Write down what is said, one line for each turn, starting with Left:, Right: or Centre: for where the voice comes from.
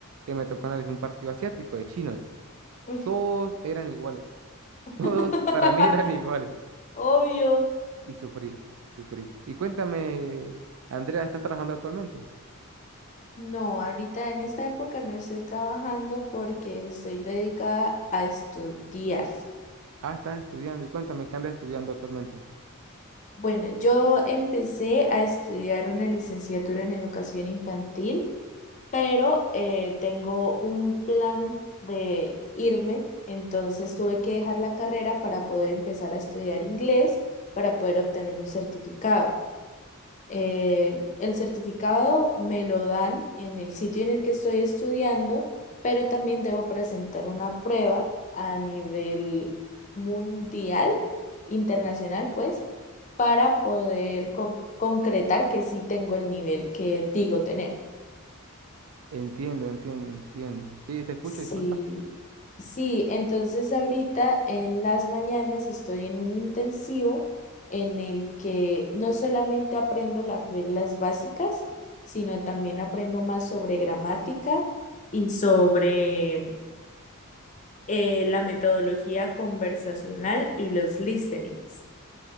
Right: que me tocó analizar un partido asiático de chinos.
Left: Uy.
Right: Todos eran iguales. <laughs>
Left: <laughs>
Right: Todos para mí eran iguales.
Left: Obvio.
Right: Y sufrí, sufrí. Y cuéntame, Andrea, ¿estás trabajando actualmente?
Left: No, ahorita en esta época no estoy trabajando porque estoy dedicada a estudiar.
Right: Ah, estás estudiando. Y cuéntame, ¿qué andas estudiando actualmente?
Left: Bueno, yo empecé a estudiar una licenciatura en educación infantil. pero eh, tengo un plan de irme, entonces tuve que dejar la carrera para poder empezar a estudiar inglés, para poder obtener un certificado. Eh, el certificado me lo dan en el sitio en el que estoy estudiando, pero también debo presentar una prueba a nivel mundial, internacional, pues, para poder con- concretar que sí tengo el nivel que digo tener.
Right: Entiendo, entiendo, entiendo. Sí, te escucho,
Left: Sí,
Right: disculpa.
Left: sí, entonces ahorita en las mañanas estoy en un intensivo en el que no solamente aprendo las reglas básicas, sino también aprendo más sobre gramática y sobre eh, la metodología conversacional y los listenings.